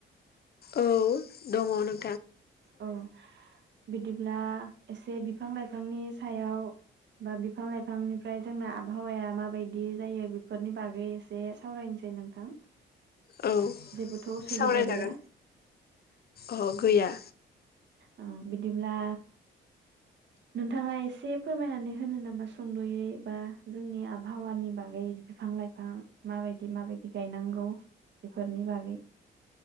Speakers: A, on the left; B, on the right.
A: औ दङ' नों
B: औ बिदिब्ला एसे बिफां लाइफांनि सायाव बा बिफां लाइफांनिफ्राय जोंना आबहावाया माबायदि जायो बेफोरनि बागै एसे सावरायनोसै नोंथां।
A: औ
B: जेबोथ' उसुबिदा
A: सावरायजागोन।
B: गैया
A: अ गैया।
B: आ बिदिब्ला नोंथाङा एसे फोरमायनानै होनो नामा सुंदयै बा जोंनि आबहावानि बागै बिफां लाइफां माबायदि माबायदि गायनांगौ बेफोरनि बागै।